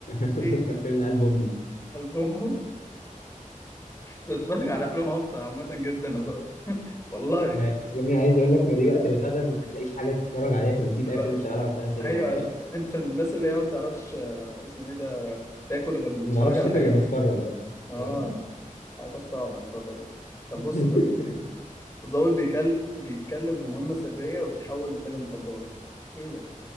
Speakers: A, on the left; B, on the left.
A: <laughs>
B: إيه؟
A: فيلم قلب امه
B: ألبومه بتتفرج على افلام هابطه عامه جدا هزار <laughs> والله
A: ما يا ابني عايز اقول لك ما دي وقت الغدا ما بتلاقيش حاجه تتفرج عليها فبتسيب
B: لا
A: اي فيلم شغال على روتانا سينما
B: ايوه
A: وخلاص
B: انت من الناس اللي هي ما بتعرفش آه، اسمه ايه ده تاكل غير ما تتفرج
A: ما بعرفش
B: على
A: اكل
B: حاجه
A: لما اتفرج اه
B: اه
A: آه.
B: حياتك صعبه انت طبعا طب بص
A: <laughs>
B: ده الضابط بيكل... بيتكلف بمهمه سريه وبتحول لتاجر مخدرات ايه ده